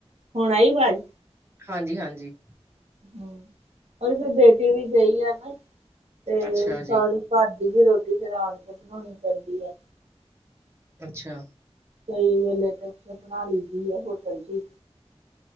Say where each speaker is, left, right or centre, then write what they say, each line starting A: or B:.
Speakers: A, on the right; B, on the right.
A: ਹੁਣ ਆਈ ਵਾਜ।
B: ਹਾਂਜੀ-ਹਾਂਜੀ।
A: ਹੂੰ, ਉਹ ਵੀ ਫਿਰ ਬੇਟੀ ਵੀ ਗਈ ਆ ਨਾ ਤੇ
B: ਅੱਛਾ
A: ਸਾਰੇ
B: ਜੀ
A: ਘਰ ਦੀ ਵੀ ਰੋਟੀ ਫਿਰ ਆਪ ਨੂੰ ਬਣਾਉਣੀ ਪੈਂਦੀ ਆ।
B: ਅੱਛਾ।
A: ਕਈ ਵੇਲੇ ਤੇ ਇੱਥੇ ਬਣਾ ਲਈ ਦੀ ਏ, ਹੋਟਲ 'ਚ ਈ।